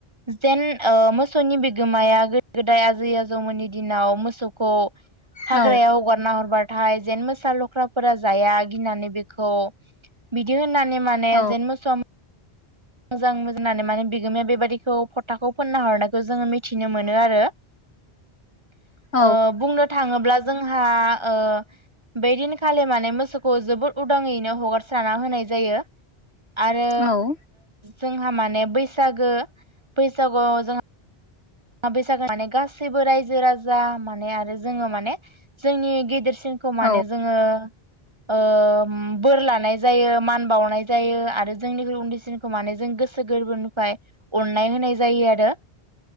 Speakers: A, on the right; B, on the left.
A: जेन ओ मोसौनि बिगोमाया गोदो गोदाय आजै आजौमोननि दिनाव मोसौखौ हाग्रायाव
B: औ
A: होगार ना हरबा थाय जेन मोसा लख्राफोरा जाया गिनानै बेखौ बिदि होननानै मानेे
B: औ
A: जेन मोसौआ मोजां बुजिनानै माने बिगोमाया बेबायदिखौ फथाखौ फोनना हरनायखौ जोङो मिथिनो मोनो आरो ओ
B: औ
A: बुंनो थाङो ब्ला जोंहा ओ बेदिनखालि माने मोसौखौ जोबोद उदाङैनो हगारस्राना होनाय जायो आरो
B: औ
A: जोंहा माने बैसागु बैसागुआव जों बैसागु माने गासैबो रायजो राजा माने आरो जोङो माने जोंनि गेदेर सि नखौ माने
B: औ औ
A: जोङो ओ बोर लानाय जायो मान बावनाय जायो आरो जोंनिख्रुइ उनदैसिन खौ माने जों गोसो गोरबो निफ्राय अनाय होनाय जायो आरो